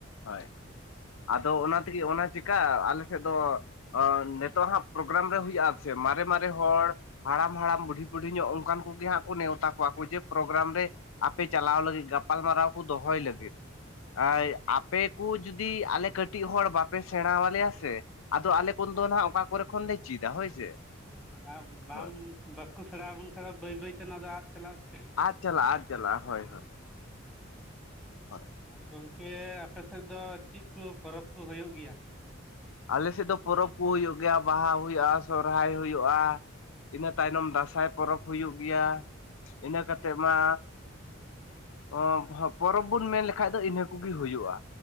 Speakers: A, on the left (about 75°); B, in the centre.
A: ᱦᱳᱭ᱾
B: ᱦᱮᱸ
A: ᱟᱫᱚ ᱚᱱᱟ ᱛᱮᱜᱮ ᱚᱱᱟ ᱪᱮᱠᱟ ᱟᱞᱮ ᱥᱮᱫ ᱫᱚ ᱚᱸ ᱱᱤᱛᱚᱜ ᱦᱟᱸᱜ ᱯᱨᱳᱜᱨᱟᱢ ᱨᱮ ᱦᱳᱭᱳᱜᱼᱟ ᱥᱮ ᱢᱟᱨᱮ ᱢᱟᱨᱮ ᱦᱚᱲ ᱦᱟᱲᱟᱢ ᱦᱟᱲᱟᱢ ᱵᱩᱰᱷᱤ ᱵᱩᱰᱷᱤ ᱧᱚᱜ ᱚᱱᱠᱟᱱ ᱠᱚᱜᱮ ᱦᱟᱸᱜ ᱠᱚ ᱱᱮᱶᱛᱟ ᱠᱚᱣᱟ ᱠᱚ ᱡᱮ ᱯᱨᱳᱜᱨᱟᱢ ᱨᱮ ᱟᱯᱮ ᱪᱟᱞᱟᱣ ᱞᱟᱹᱜᱤᱫ ᱜᱟᱯᱟᱞ ᱢᱟᱨᱟᱣ ᱠᱩ ᱫᱚᱦᱚᱭ
B: ᱦᱮᱸ
A: ᱞᱟᱹᱜᱤᱫ
B: ᱦᱮᱸ
A: ᱟᱭ
B: ᱦᱮᱸ ᱦᱮᱸ ᱦᱮᱸ
A: ᱟᱯ ᱯᱮ ᱠᱚ ᱡᱩᱫᱤ ᱟᱞᱮ ᱠᱟᱹᱴᱤᱡ ᱦᱚᱲ ᱵᱟᱯᱮ ᱥᱮᱬᱟᱣ ᱟᱞᱮᱭᱟ ᱥᱮ, ᱟᱫᱚ ᱟᱞᱮ ᱠᱚᱫᱚ ᱦᱟᱸᱜ ᱚᱠᱟ ᱠᱚᱨᱮ ᱠᱷᱚᱱᱰᱮ ᱪᱮᱫᱟ ᱦᱳᱭ ᱥᱮ?
B: ᱦᱩᱸ ᱦᱩᱸ ᱵᱟᱝ
A: ᱦᱳᱭ
B: ᱵᱟᱠᱚ ᱥᱮᱬᱟ ᱟᱵᱚᱱ ᱠᱷᱟᱱ ᱫᱚ ᱵᱟᱹᱭ ᱵᱟᱹᱭ ᱛᱮ ᱱᱚᱣᱟ ᱫᱚ ᱟᱫᱽ ᱪᱟᱞᱟᱜ-ᱟ ᱛᱮ
A: ᱟᱫ ᱪᱟᱞᱟᱜᱼᱟ ᱟᱫ ᱪᱟᱞᱟᱜᱼᱟ ᱦᱳᱭ
B: ᱦᱮᱸ,
A: ᱦᱳᱭ ᱦᱳᱭ
B: ᱟᱨ ᱜᱚᱝᱠᱮ ᱟᱯᱮ ᱥᱮᱫ ᱫᱚ ᱪᱮᱫ ᱠᱚ ᱯᱚᱨᱚᱵᱽ ᱠᱚ ᱦᱩᱭᱩᱜ ᱜᱮᱭᱟ?
A: ᱟᱞᱮ ᱥᱮᱫ ᱫᱚ ᱯᱚᱨᱚᱵᱽ ᱠᱩ ᱦᱩᱭᱩᱜ ᱜᱮᱭᱟ᱾ ᱵᱟᱦᱟ ᱦᱩᱭᱩᱜ-ᱟ, ᱥᱚᱦᱚᱨᱟᱭ ᱦᱩᱭᱩᱜ-ᱟ᱾ ᱤᱱᱟᱹ ᱛᱟᱭᱱᱚᱢ ᱫᱟᱸᱥᱟᱭ ᱯᱚᱨᱚᱵᱽ ᱦᱩᱭᱩᱜ ᱜᱮᱭᱟ᱾ ᱤᱱᱟᱹ ᱠᱟᱛᱮᱜ ᱢᱟ ᱚᱢᱵᱷᱚᱯ ᱯᱚᱨᱚᱵ ᱵᱩᱱ ᱢᱮᱱ ᱞᱮᱠᱷᱟᱡ ᱫᱚ ᱤᱱᱟᱹ ᱠᱚᱜᱮ ᱦᱩᱭᱩᱜ-ᱟ᱾